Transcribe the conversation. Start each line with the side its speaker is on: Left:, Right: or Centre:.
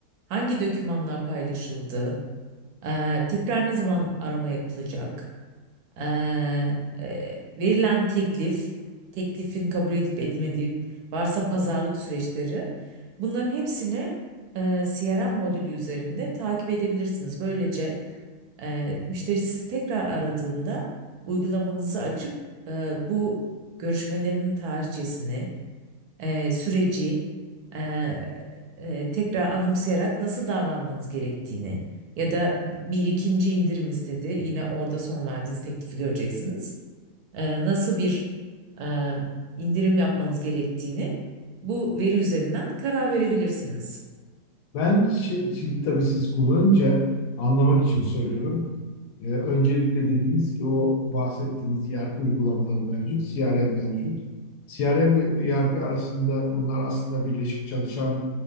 Right: hangi dokümanlar paylaşıldı, e, tekrar ne zaman arama yapılacak, ee, e, verilen teklif, teklifin kabul edip edilmediği, varsa pazarlık süreçleri, bunların hepsini e, CRM modülü üzerinde takip edebilirsiniz. Böylece e, müşteri sizi tekrar aradığında uygulamanızı açıp e, bu görüşmelerin tarihçesini, e, süreci e, e, tekrar anımsayarak nasıl davranmanız gerektiğini ya da bir ikinci indirim istedi. Yine orada son verdiğiniz teklifi göreceksiniz. E, nasıl bir e, indirim yapmanız gerektiğini bu veri üzerinden karar verebilirsiniz.
Left: Ben şi- şimdi tabii siz kullanınca anlamak için soruyorum. Ee, öncelikle dediniz ki o bahsettiğiniz ERP uygulamaları mevcut, CRM mevcut. CRM ile ERP arasında bunlar aslında birleşik çalışan,